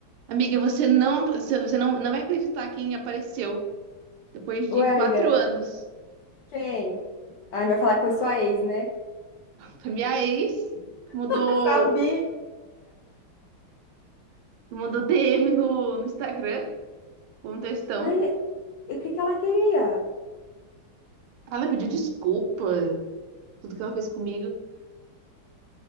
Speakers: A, on the right (about 85°); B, on the left (about 80°).
A: Amiga, você não, você você não, não vai acreditar quem apareceu depois
B: Ué,
A: de quatro
B: amiga,
A: anos.
B: quem? Ai, vai falar que foi sua ex, né?
A: Foi minha ex, mudou,
B: <laughs> Sabia!
A: mandou DM no, no Instagram, um textão.
B: Mas e o que que ela queria?
A: Ela pediu desculpa, tudo que ela fez comigo,